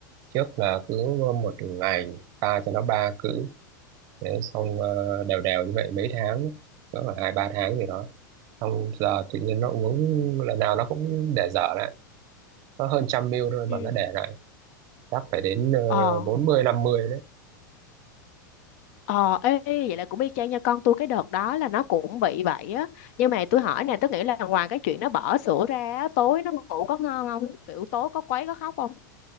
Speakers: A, on the right (about 35°); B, on the left (about 45°).
A: trước là cứ một ngày ta cho nó ba cữ thế xong ờ, đều đều như vậy mấy tháng cỡ khoảng hai ba tháng gì đó xong giờ tự nhiên nó uống lần nào nó cũng để dở lại nó hơn trăm ml thôi
B: Ừ.
A: mà nó để lại chắc phải đến ờ,
B: Ờ
A: bốn mươi năm mươi
B: Ờ, ê, ê, vậy là cũng y chang nha con tôi cái đợt đó là nó cũng bị vậy á nhưng mà tôi hỏi nè tôi nghĩ là ngoài cái chuyện nó bỏ sữa ra á, tối nó ngủ có ngon không kiểu tối có quấy có khóc không